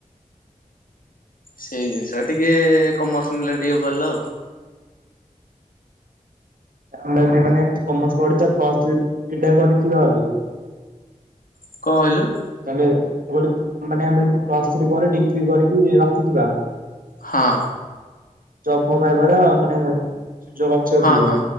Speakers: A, on the left; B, on the right.
A: ସେଇ ଜିନିଷଟା ଟିକେ କମର୍ସ ନେଲେ ଟିକେ ଭଲ।
B: ଆମେ ଅମରାବୀ କମର୍ସ ପଢିଛ ପ୍ଲସ ଥ୍ରୀ କରିଥିବା ବୋଲି। <unintelligible>
A: କଣ କହିଲୁ?
B: ତାହେଲେ ଗୋଟେ ମାନେ ଆମେ ପ୍ଲସ୍ ଥ୍ରୀ ପରେ ଡିଗ୍ରୀ କରିକି ରଖିଥିବା।
A: ହଁ।
B: ଜବ୍ ପାଇବାର ମାନେ ସୁଯୋଗ ଅଛି
A: ହଁ
B: ଅଧିକ।
A: ହଁ